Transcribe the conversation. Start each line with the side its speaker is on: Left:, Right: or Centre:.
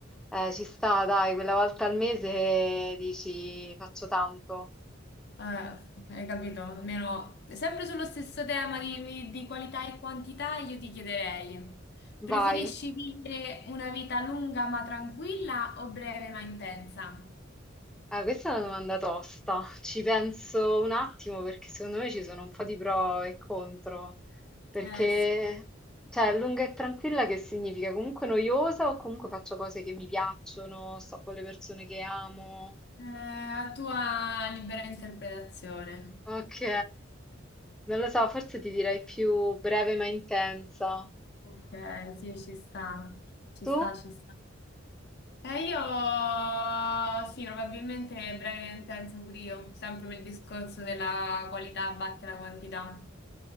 Centre: Eh, ci sta, dai, quella volta al mese eh, dici faccio tanto,
Left: Eh, hai capito? Almeno sempre sullo stesso tema di, di qualità e quantità, io ti chiederei,
Centre: vai.
Left: preferisci vivere una vita lunga ma tranquilla o breve ma intensa?
Centre: Ah, questa è una domanda tosta. Ci penso un attimo perché secondo me ci sono un po' di pro e contro. Perché,
Left: Eh, sì.
Centre: cioè, lunga e tranquilla che significa? Comunque noiosa o comunque faccio cose che mi piacciono, sto con le persone che amo.
Left: Eh, a tua libera interpretazione.
Centre: Ok, non lo so, forse ti direi più breve ma intensa.
Left: Ok, sì, ci sta, ci
Centre: Tu?
Left: sta, ci sta. E io sì, probabilmente breve e intenso pure io, sempre per il discorso della qualità batte la quantità.